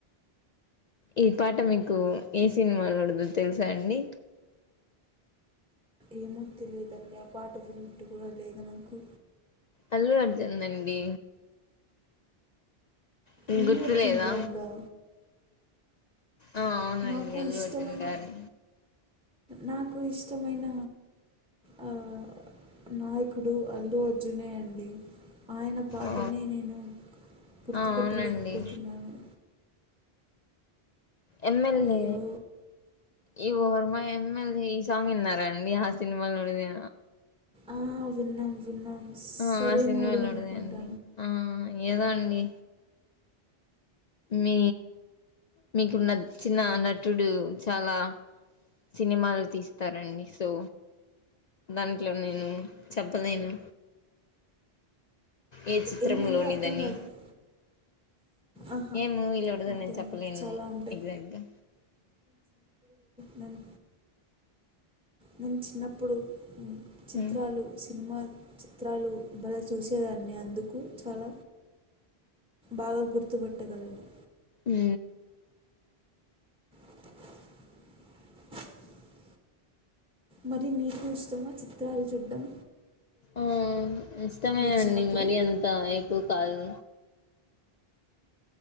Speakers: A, on the left; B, in the centre.
A: ఈ పాట మీకు ఏ సినిమాలో లోనేదో తెల్స అండి
B: ఏమో తెలిదండి ఆ పాట వినట్ కూడా లేద్నాకు
A: అల్లు అర్జున్ ది అండి మిక్
B: అల్లు
A: గుర్తులేదా
B: అర్జున్ గారిదా
A: ఆ అవును
B: నాకు
A: అండి అల్లుఅర్జున్
B: ఇష్టమైన
A: గారి
B: నాకు ఇష్టమైన ఆ నాయ్కుడు అల్లుఅర్జునే అండి ఆయన పాటనే
A: ఆ
B: నేను గుర్తుపట్టలేకపొతున్నాను
A: అవునండి ఎమ్ఎల్ఏ
B: అయ్యో
A: యు ఆర్ మై ఎమ్మెల్యే ఈ సాంగ్ విన్నారండి ఆ సినిమా లోనిదే
B: ఆ విన్నాం విన్నాం
A: ఆ
B: సరైనోడు
A: ఆ సినిమాలో లోనిదే
B: అనుకుంటా
A: అండి ఆ ఏదో అండి మీ మీకు నచ్చిన నచిన్న చుడు చాలా సినిమాలు తిస్తారండి సో దాంట్లో నేను చెప్పలేేను ఏ చిత్రంలొనిదని
B: ఏమైందో అర్థం కాలేదు ఆహా
A: ఏం మూవీ లోదిడో
B: అంతే
A: నేన్ చెప్పలేను
B: అండి చాలా ఉంటాయి
A: ఎగ్జక్ట్గా
B: నన్ నేన్ చిన్నప్పుడు చిత్రాలు
A: మ్మ్
B: సిన్మా చిత్రాలు బలే చూసేదాన్ని అందుకు చాల బాగా గుర్తుపట్టగలను
A: ఉ
B: <inaudible> మరి మీకు ఇష్టమ చిత్రాలు చూడ్డం
A: ఆ ఇష్టమేండి
B: చిన్నప్పుడు
A: మరీ అంత ఎక్కువ కాదు